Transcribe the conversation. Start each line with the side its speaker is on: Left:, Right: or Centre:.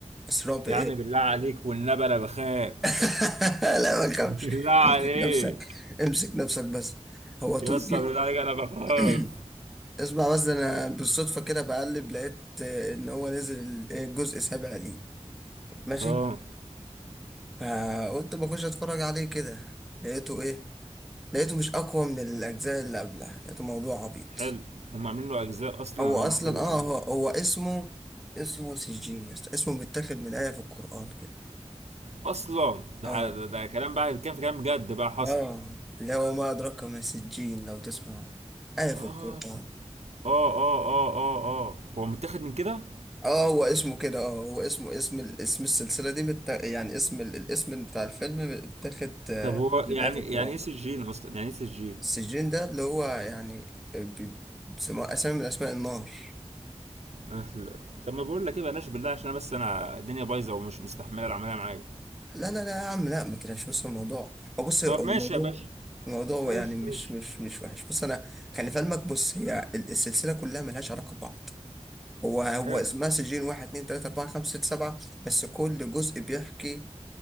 Centre: بس رعب
Right: يا
Centre: ايه؟
Right: عم بالله عليك والنبي انا بخاف
Centre: <laughs> لا ما تخافش
Right: <laughs> بالله
Centre: امسك
Right: عليك
Centre: نفسك امسك نفسك بس هو تركي
Right: يا اسطى بالله عليك انا بخاف
Centre: <clears throat> اسمع بس انا بالصدفة كده بقلب لقيت آه، ان هو نزل ال- آه، الجزء السابع ليه ماشي؟
Right: اه
Centre: فقلت ما اخش اتفرج عليه كده لقيته ايه؟ لقيته مش اقوى من الاجزاء اللي قبلها لقيته موضوع عبيط
Right: حلو هم عاملين له اجزاء اصلا
Centre: هو
Right: اللهم
Centre: اصلا
Right: صل
Centre: اه
Right: على النبي
Centre: هو, هو اسمه اسمه سجين يا اسطى اسمه متاخد من آية في القرآن كده
Right: اصلا ده
Centre: اه
Right: ح- ده ده كلام بقى كان في كلام بجد بقى حصل
Centre: اه اللي هو ما أدراك ما سجين لو تسمع آية في
Right: اه
Centre: القرآن
Right: اه اه اه اه اه هو متاخد من كده
Centre: اه هو اسمه كده اه هو اسمه اسم ال- اسم السلسلة دي مت... يعني اسم ال- الاسم بتاع الفيلم متاخد آه،
Right: طب هو
Centre: من
Right: يعني
Centre: آية في القرآن
Right: يعني ايه سجين اصلا يعني ايه سجين
Centre: السجين ده اللي هو يعني آه، بي- بيسموه أسامي من أسماء النار
Right: أهلا. طب ما بقول لك ايه بلاش بالله عشان بس انا الدنيا بايظه ومش مستحمله العمليه معايا
Centre: لا لا لا يا عم لا ما تلاش بس الموضوع هو بص هو
Right: طب
Centre: الموضوع
Right: ماشي يا باشا
Centre: الموضوع
Right: ماشي
Centre: يعني مش
Right: ماشي
Centre: مش مش وحش بص انا خلي في علمك بص هي ال- السلسله كلها ملهاش علاقه ببعض هو هو
Right: حلو
Centre: اسمها سجين واحد اتنين تلاته اربعه خمسه سته سبعه بس كل جزء بيحكي